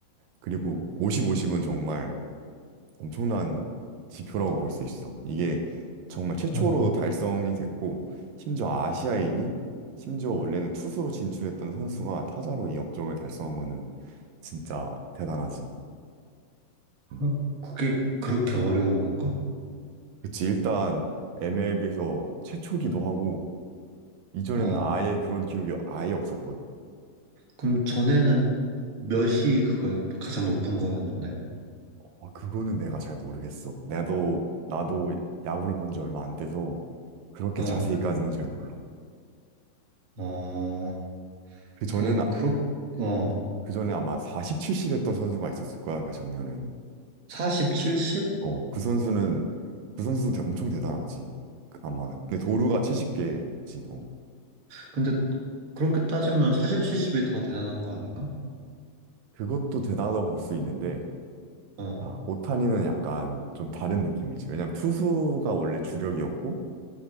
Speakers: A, on the right; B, on the right.
A: 그리고 50, 50은 정말 엄청난 지표라고 볼 수 있어. 이게 정말 최초로
B: 어.
A: 달성이 됐고 심지어 아시아인이 심지어 원래는 투수로 진출했던 선수가 타자로 이 업적을 달성한 거는 진짜 대단하지.
B: 그-
A: 음.
B: 그게 그렇게 어려운 건가?
A: 그치, 일단 MLB에서 최초기도 하고, 이전에는
B: 어.
A: 아예 그런 기록이 아예 없었거든.
B: 그럼 전에는 몇이 그걸 가장 높은 거였는데?
A: 아, 그거는 내가 잘 모르겠어. 나도, 나도 야구를 본 지 얼마 안 돼서 그렇게
B: 어,
A: 자세히까지는 잘 몰라.
B: 어,
A: 그 전엔,
B: 그,
A: 아-
B: 그렇, 어,
A: 그 전에 아마 40, 70 했던 선수가 있었을 거야, 그 작년에는.
B: 40, 70?
A: 어, 그 선수는, 그 선수도 대- 엄청 대단하지. 그 아마. 근데 도루가 70개지. 어.
B: 근데 그렇게 따지면 40, 70이 더 대단한 거 아닌가?
A: 그것도 대단하다고 볼 수 있는데,
B: 어,
A: 아, 오타니는 약간 좀 다른 느낌이지. 왜냐면 투수가 원래 주력이었고,